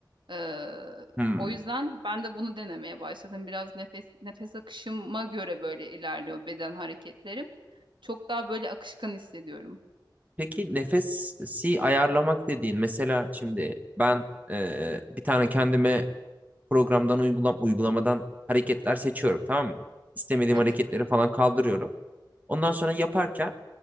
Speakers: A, on the right; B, on the right.
A: Ee,
B: Hmm.
A: o yüzden ben de bunu denemeye başladım. Biraz nefes nefes akışıma göre böyle ilerliyor beden hareketlerim. Çok daha böyle akışkan hissediyorum.
B: Peki nefesi ayarlamak dediğin mesela şimdi ben e, bir tane kendime programdan uygulam uygulamadan hareketler seçiyorum tamam mı? İstemediğim
A: Evet.
B: hareketleri falan kaldırıyorum. Ondan sonra yaparken